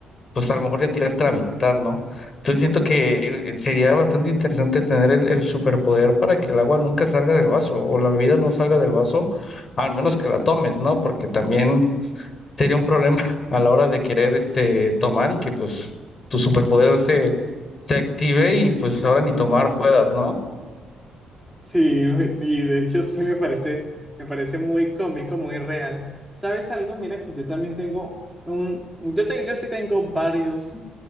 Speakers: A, on the left; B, in the centre.
A: pues a lo mejor ya tiraste la mitad, ¿no? Entonces siento que eh, sería bastante interesante tener el, el superpoder para que el agua nunca salga del vaso o la bebida no salga del vaso, al menos que la tomes, ¿no? Porque también sería un problema <laughs> a la hora de querer este, tomar y que pues tu superpoder se, se active y pues ahora ni tomar puedas, ¿no?
B: Sí, <laughs> y de hecho sí me parece, me parece muy cómico, muy real. ¿Sabes algo? Mira que yo también tengo un, yo, te- yo sí tengo varios.